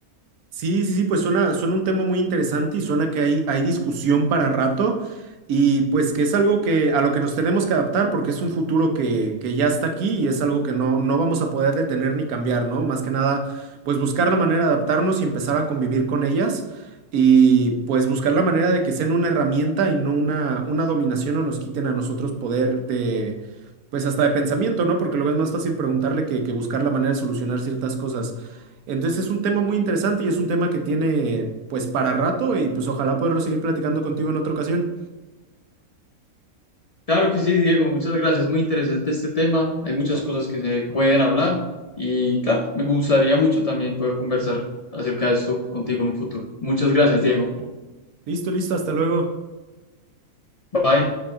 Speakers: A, on the right; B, on the left.
A: Sí, sí, sí, pues suena, suena un tema muy interesante y suena que hay, hay discusión para rato y pues que es algo que a lo que nos tenemos que adaptar porque es un futuro que, que ya está aquí y es algo que no, no vamos a poder detener ni cambiar, ¿no? Más que nada, pues buscar la manera de adaptarnos y empezar a convivir con ellas y pues buscar la manera de que sean una herramienta y no una, una dominación o nos quiten a nosotros poder de, pues hasta de pensamiento, ¿no? Porque luego es más fácil preguntarle que, que buscar la manera de solucionar ciertas cosas. Entonces es un tema muy interesante y es un tema que tiene pues para rato y pues ojalá poderlo seguir platicando contigo en otra ocasión.
B: Claro que sí, Diego, muchas gracias. Muy interesante este tema. Hay muchas cosas que se pueden hablar y claro, me gustaría mucho también poder conversar acerca de esto contigo en un futuro. Muchas gracias, Diego.
A: Listo, listo, hasta luego.
B: Bye.